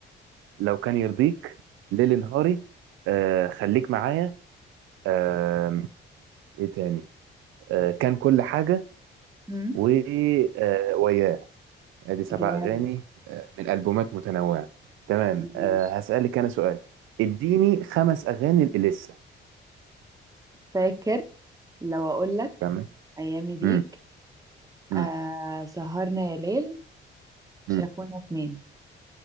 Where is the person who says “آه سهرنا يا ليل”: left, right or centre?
Right